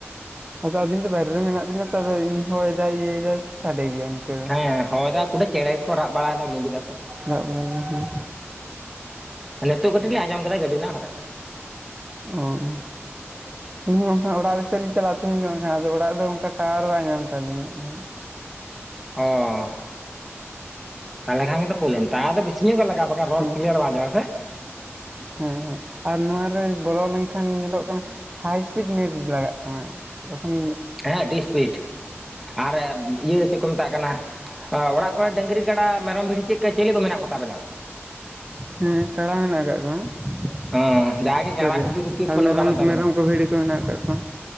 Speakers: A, on the right (about 25°); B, in the centre.
A: ᱟᱫᱚ ᱟᱵᱤᱱ ᱫᱚ ᱵᱟᱭᱨᱮ ᱨᱮ ᱢᱮᱱᱟᱜ ᱵᱤᱱᱟ ᱛᱚ ᱟᱫᱚᱧ ᱦᱚᱭ ᱮᱫᱟᱭ ᱤᱭᱟᱹ ᱮᱫᱟᱭ ᱥᱟᱰᱮ ᱜᱮᱭᱟ ᱤᱱᱠᱟᱹ᱾ ᱫᱚ
B: ᱦᱮᱸ ᱦᱚᱭ ᱫᱟ ᱠᱩᱰᱟᱹ ᱪᱮᱬᱮ ᱜᱮᱠᱚ ᱨᱟᱜ ᱵᱟᱲᱟᱭᱮᱫᱟ ᱚᱢᱩᱜᱽ ᱮᱫᱟ ᱠᱚ᱾
A: <unintelligible> ᱵᱟᱲᱟᱭ ᱮᱫᱟ ᱦᱮᱸ᱾
B: ᱱᱮᱛᱳᱜ ᱠᱟᱹᱴᱤᱡ ᱞᱤᱧ ᱟᱸᱡᱚᱢ ᱠᱮᱫᱟ ᱜᱟᱹᱰᱤ ᱨᱮᱱᱟᱜ ᱦᱚᱨᱚᱱ᱾
A: ᱚᱸ᱾ ᱤᱧ ᱦᱚᱸ ᱮᱱᱠᱷᱟᱱ ᱚᱲᱟᱜ ᱥᱮᱫ ᱞᱤᱧ ᱪᱟᱞᱟᱜᱼᱟ ᱛᱮᱦᱮᱧ ᱫᱚ ᱵᱟᱝᱠᱷᱟᱱ ᱟᱫᱚ ᱚᱲᱟᱜ ᱨᱮᱫᱚ ᱚᱱᱠᱟ ᱴᱟᱣᱟᱨ ᱵᱟᱭ ᱧᱟᱢᱟ ᱠᱟᱫᱤᱧᱟ ᱦᱟᱸᱜ ᱠᱷᱟᱱ᱾
B: ᱚᱻ ᱛᱟᱞᱦᱮ ᱠᱷᱟᱱ ᱜᱮᱛᱚ ᱯᱨᱚᱵᱞᱮᱢ ᱛᱟᱣᱟᱨ ᱫᱚ ᱵᱤᱥᱤ ᱧᱚᱜ ᱜᱮ ᱞᱟᱜᱟᱜ-ᱟ ᱵᱟᱠᱷᱟᱱ ᱨᱚᱲ
A: ᱦᱮᱸ
B: ᱠᱞᱤᱭᱟᱨ ᱵᱟᱝ ᱟᱸᱡᱚᱢᱚᱜᱼᱟ᱾ ᱦᱮᱸ ᱥᱮ?
A: ᱦᱮᱸ ᱦᱮᱸ, ᱟᱨ ᱱᱚᱣᱟᱨᱮ ᱵᱚᱞᱚ ᱞᱮᱱᱠᱷᱟᱱ ᱧᱮᱞᱚᱜ ᱠᱟᱱᱟ ᱦᱟᱭ ᱥᱯᱤᱰ ᱱᱮᱴ ᱞᱟᱜᱟᱜ ᱠᱟᱱᱟ ᱵᱟᱠᱷᱟᱱᱼᱼ
B: ᱦᱮᱸ ᱟᱹᱰᱤ ᱥᱯᱤᱰ ᱾ ᱟᱨ ᱤᱭᱟᱹ ᱪᱮᱫ ᱠᱚ ᱢᱮᱛᱟᱜ ᱠᱟᱱᱟ, ᱚᱲᱟᱜ ᱠᱚᱨᱮ ᱰᱟᱝᱨᱤ ᱜᱟᱰᱟ ᱢᱮᱨᱚᱢ ᱵᱷᱤᱲᱰᱤ ᱪᱮᱫ ᱠᱟᱡᱼᱼ ᱪᱮᱞᱮ ᱠᱚ ᱢᱮᱱᱟᱜ ᱠᱚ ᱛᱟᱵᱮᱱᱟ?
A: ᱦᱮᱸ ᱠᱟᱲᱟ ᱢᱮᱱᱟᱜ ᱟᱠᱟᱫ ᱠᱚᱣᱟ
B: ᱦᱮᱸ
A: ᱾
B: ᱡᱟᱜᱮ ᱠᱟᱲᱟ
A: ᱦᱚᱭᱥᱮ,
B: ᱜᱩᱯᱤ ᱜᱩᱯᱤ
A: ᱟᱨ
B: ᱯᱷᱳᱱ
A: ᱢᱮᱨᱚᱢ
B: ᱦᱚᱸ ᱜᱟᱱᱚᱜ ᱛᱟᱵᱮᱱᱟ
A: ᱢᱮᱨᱚᱢ ᱠᱚ ᱵᱷᱤᱰᱤ ᱠᱚ ᱢᱮᱱᱟᱜ ᱠᱟᱜ ᱠᱚᱣᱟ ᱾